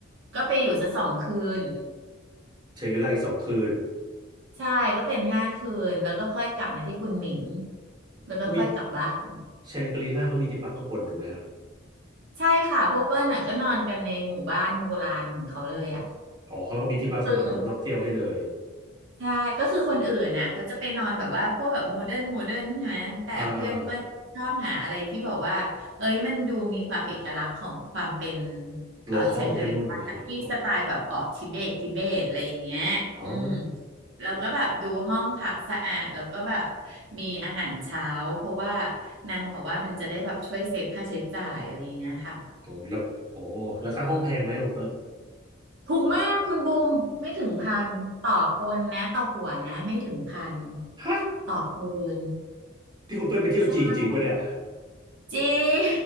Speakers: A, on the right; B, on the right.
A: ก็ไปอยู่สักสองคืน
B: แชงกรีล่าอีกสองคืน
A: ใช่ก็เป็นห้าคืนแล้วก็ค่อยกลับมาที่คุณหมิงแล้วก็ค่อยกลับบ้าน
B: เขามีแชงกรีล่าเขามีที่พักข้างบนถูกไหมฮะ
A: ใช่ค่ะพวกเปิ้ลน่ะก็นอนกันในหมู่บ้านโบราณของเขาเลยอ่ะ
B: อ๋อเขาก็มีที่พักสำหรับนักนักเที่ยวให้เลย
A: คือ ใช่ก็คือคนอื่นน่ะเขาจะไปนอนแบบว่าพวกแบบโมเดิร์นโมเดิร์นใช่ไหมแต่เพื่อนเปิ้ลชอบหาอะไรที่แบบว่าเอ้ยมันดูมีความเอกลักษณ์ของความเป็น
B: อ่าโลคอลที่นู่นเนี่ยอ๋อ
A: เอ่อแชงกรีล่าที่สไตล์แบบออกทิเบตทิเบตอะไรอย่างเงี้ยอืม
B: อ๋อ
A: แล้วก็แบบดูห้องพักสะอาดแล้วก็แบบมีอาหารเช้าเพราะว่านางบอกว่ามันจะได้แบบช่วยเซฟค่าใช้จ่ายอะไรอย่างเงี้ยค่ะ
B: โอ้แล้วโอ้แล้วค่าห้องแพงไหมคุณเปิ้ล
A: ถูกมากคุณบูมไม่ถึงพันต่อคนนะต่อหัวนะไม่ถึงพัน
B: <laughs> ฮะ
A: ต่อคืน
B: ที่คุณเป้ยไปเที่ยวจีนจริงปะเนี่ย
A: ใช่จริง